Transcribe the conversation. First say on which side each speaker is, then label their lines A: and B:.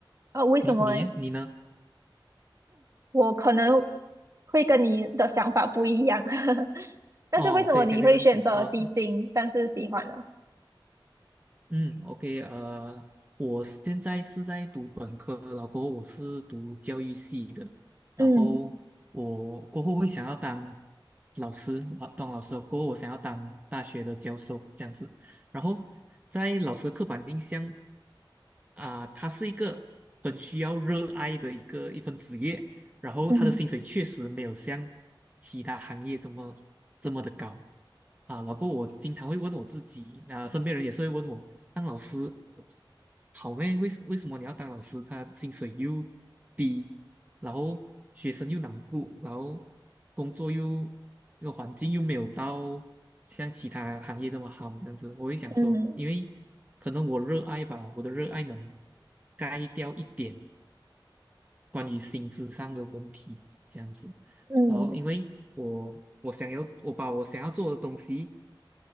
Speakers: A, on the right; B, on the right.
A: 呃，为什么诶？
B: 你你耶你呢？
A: 我可能会跟你的想法不一样，<laughs> 但是为什么你会选择低薪但是喜欢呢？
B: 哦，可以可以，没问题。哦，是，嗯，OK，呃，我现在是在读本科，然后过后我是读教育系的，然后我过后会想要当
A: 嗯
B: 老师啊，当老师过后我想要当大学的教授这样子，然后在老师的刻板印象。啊、他是一个很需要热爱的一个一份职业，然后他的薪水确实没有像其他行业这么这么的高
A: 嗯
B: 啊。老郭，我经常会问我自己，啊、身边人也是会问我，当老师好咩？为什为什么你要当老师？他薪水又低，然后学生又难顾，然后工作又这个环境又没有到像其他行业这么好，这样子，我会想说，
A: 嗯
B: 因为。可能我热爱吧，我的热爱能盖掉一点关于薪资上的问题，这样子。
A: 嗯，
B: 然后，因为我我想要，我把我想要做的东西，